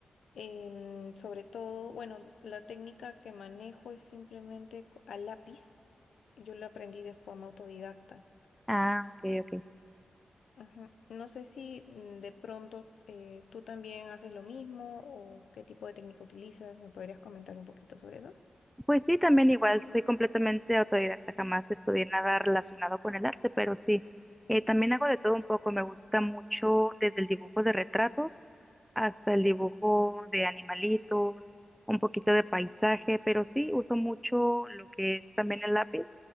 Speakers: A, on the left; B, in the centre.
A: Em, sobre todo, bueno, la técnica que manejo es simplemente co- a lápiz. Yo la aprendí de forma autodidacta.
B: Ah, ok, ok.
A: Ajá. No sé si mm, de pronto eh, tú también haces lo mismo o qué tipo de técnica utilizas. ¿Me podrías comentar un poquito sobre eso?
B: Pues sí, también igual, soy completamente autodidacta, jamás estudié nada relacionado con el arte, pero sí, eh, también hago de todo un poco, me gusta mucho desde el dibujo de retratos hasta el dibujo de animalitos, un poquito de paisaje, pero sí, uso mucho lo que es también el lápiz,